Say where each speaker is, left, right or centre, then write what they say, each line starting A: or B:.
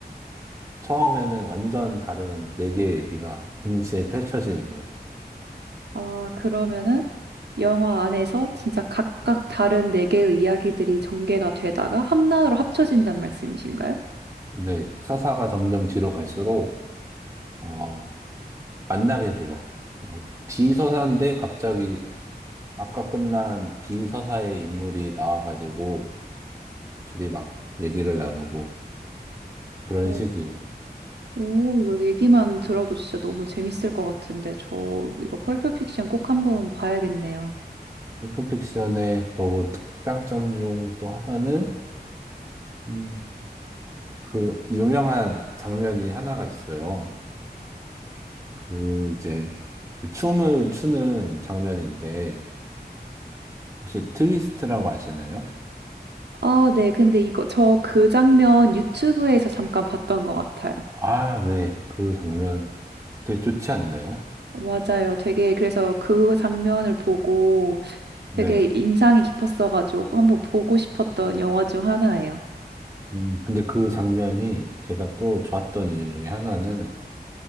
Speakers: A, on the right; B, on the right.
A: 처음에는 완전 다른 네 개의 얘기가 동시에 펼쳐지는 거예요.
B: 아, 그러면은 영화 안에서 진짜 각각 다른 네 개의 이야기들이 전개가 되다가 하나로 합쳐진단 말씀이신가요?
A: 근데 서사가 점점 뒤로 갈수록 어, 만나게 돼요. 뭐, D 서사인데 갑자기 아까 끝난 B 서사의 인물이 나와가지고 둘이 막 얘기를 나누고 그런
B: 어.
A: 식이에요.
B: 오, 이거 얘기만 들어도 진짜 너무 재밌을 것 같은데 저 이거 펄프 픽션 꼭 한번 봐야겠네요.
A: 셀프픽션의 그러고 특강점 중 또 하나는 음, 그 유명한 장면이 하나가 있어요. 그 이제 춤을 추는 장면인데 혹시 트위스트라고 아시나요?
B: 아, 네. 근데 이거 저 그 장면 유튜브에서 잠깐 봤던 것 같아요.
A: 아, 네. 그 장면 되게 좋지 않나요?
B: 맞아요. 되게 그래서 그 장면을 보고
A: 네.
B: 되게 인상이 깊었어가지고 한번 보고 싶었던 영화 중 하나예요.
A: 음, 근데 그 장면이 제가 또 좋았던 이유 중에 하나는